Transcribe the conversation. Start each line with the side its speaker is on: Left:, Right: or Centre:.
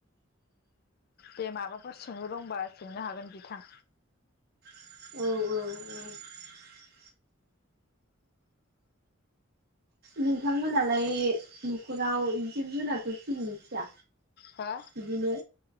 Left: दे माबाफोर सोंलु दंबा सोंनो हागोन बिथां।
Right: औ-औ-औ। नोंथांमोनालाय न'खराव जिब-जुनारखौ फिसिगोना फिया?
Left: हो मा
Right: बिदिनो